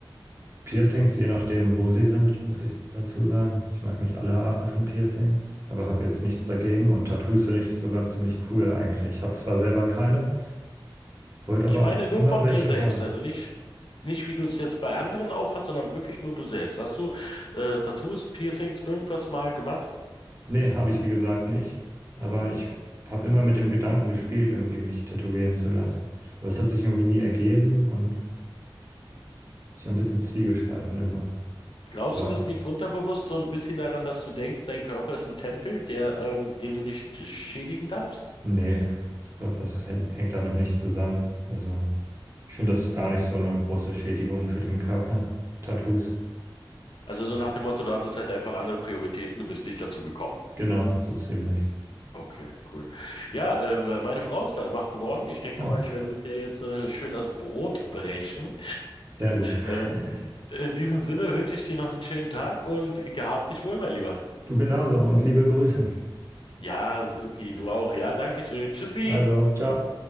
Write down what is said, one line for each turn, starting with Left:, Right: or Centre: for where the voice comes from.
Right: Piercings, je nachdem, wo sie sind, muss ich dazu sagen. Ich mag nicht alle Arten von Piercings, aber habe jetzt nichts dagegen. Und Tattoos finde ich sogar ziemlich cool eigentlich. Ich habe zwar selber keine, wollte aber
Left: Ich
Right: auch
Left: meine nur
Right: immer
Left: von
Right: welche
Left: dir selbst,
Right: haben.
Left: also nicht, nicht wie du es jetzt bei anderen auffasst, sondern wirklich nur du selbst. Hast du äh, Tattoos, Piercings, irgendwas mal gemacht?
Right: Nee, habe ich wie gesagt nicht. Aber ich habe immer mit dem Gedanken gespielt, irgendwie mich tätowieren zu lassen. Aber es hat sich irgendwie nie ergeben und ich war ein bisschen zwiegespalten immer.
Left: Glaubst
Right: Aber
Left: du, das liegt unterbewusst so ein bisschen daran, dass du denkst, dein Körper ist ein Tempel, der, ähm, den du nicht schädigen darfst?
Right: nee, ich glaube, das häng- hängt damit nicht zusammen. Also ich finde, das ist gar nicht so eine große Schädigung für den Körper. Tattoos.
Left: Also
Right: So.
Left: so nach dem Motto, du hattest halt einfach andere Prioritäten, du bist nicht dazu gekommen.
Right: Genau, so ziemlich.
Left: Okay, cool. Ja, ähm, meine Frau ist gerade wach geworden. Ich denke
Right: Oh,
Left: mal, ich werde mit der jetzt äh, schön das Brot brechen.
Right: sehr gut.
Left: Äh,
Right: <laughs>
Left: in diesem Sinne wünsche ich dir noch einen schönen Tag und gehabt dich wohl, mein Lieber.
Right: Du genauso und liebe Grüße.
Left: Ja, supi, du auch. Ja, danke schön. Tschüssi.
Right: Also, ciao.